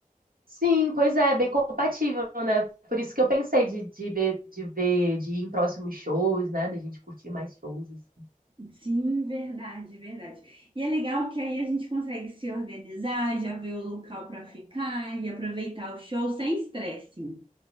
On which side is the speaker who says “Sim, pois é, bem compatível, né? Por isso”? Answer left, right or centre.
Right